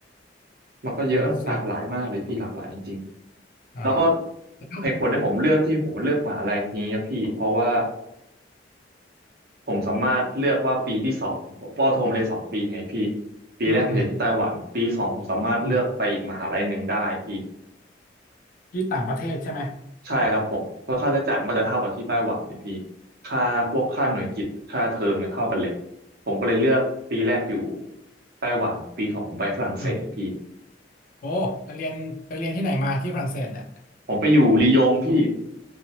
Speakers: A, on the right; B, on the left.
A: มันก็เยอะหลากหลายมากเลยพี่หลากหลายจริง
B: ไอซี
A: ๆแล้วก็
B: อ่าแล้ว
A: เหตุผลที่ผมเลือกที่ผมเลือกมหาลัยนี้นะพี่เพราะว่า ผมสามารถเลือกว่าปีที่สองผมปอโทผมเรียนสองปีไงพี่ปีแรกผมเรียนที่ไต้หวันปีสองผมสามารถเลือกไปอีกมหาลัยหนึ่งได้พี่
B: อืมอืมอืมที่ต่างประเทศใช่ไหม
A: ใช่ครับผมเพราะค่าใช้จ่ายมันก็จะเท่ากับที่ไต้หวันเลยพี่ค่าพวกค่าหน่วยกิตค่าเทอมเนี่ยเท่ากันเลยผมก็เลยเลือกปีแรกอยู่ไต้หวันปีสองผมไปฝรั่งเศสพี่
B: อืมโอ้ไปเรียนไปเรียนที่ไหนมาที่ฝรั่งเศสเนี่ย
A: ผมไปอยู่ลียงพี่